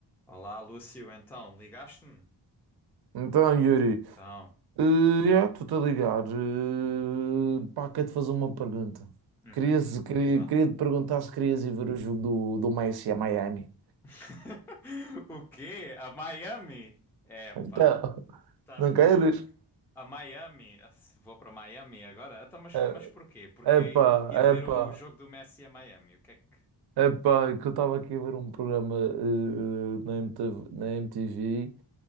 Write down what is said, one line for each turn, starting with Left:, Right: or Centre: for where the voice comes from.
Centre: Olá, Lúcio, então, ligaste-me?
Right: Então, Yuri,
Centre: Então,
Right: eh, yeah, estou-te a ligar. eh, pá, quero-te fazer uma pergunta.
Centre: uhum,
Right: Queria, se- queria,
Centre: diz lá.
Right: queria te perguntar se querias ir ver o jogo do, do Messi a Miami.
Centre: <laughs> O quê? A Miami? Epá,
Right: Então, <laughs>
Centre: estás
Right: não
Centre: maluco?
Right: queres?
Centre: A Miami? Ah, se Vou para Miami agora? Então, mas,
Right: É-
Centre: mas porquê? Porque
Right: Epá,
Centre: ir ver
Right: epá,
Centre: o jogo do Messi a Miami? O que é que.
Right: epá, é que eu estava aqui a ver um programa eh, na MTV, na MTV